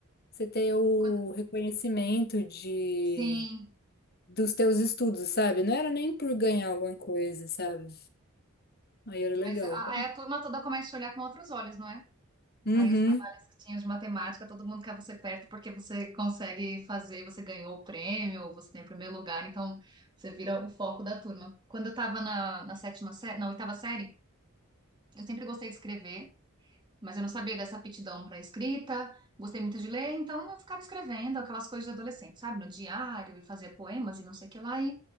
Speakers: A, on the left; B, on the right.
A: você ter o
B: quando-
A: reconhecimento de
B: Sim,
A: dos teus estudos, sabe? Não era nem por ganhar alguma coisa, sabe? Aí era legal.
B: mas a- aí a turma toda começa a te olhar com outros olhos, não é?
A: Uhum.
B: Aí os trabalhos que tinha de matemática, todo mundo quer você perto porque você consegue fazer, você ganhou o prêmio, você tem o primeiro lugar, então você vira o foco da turma. Quando eu tava na, na sétima série, na oitava série, eu sempre gostei de escrever. Mas eu não sabia dessa aptidão para escrita, gostei muito de ler, então eu ficava escrevendo aquelas coisas de adolescente, sabe? No diário e fazia poemas e não sei o que lá. E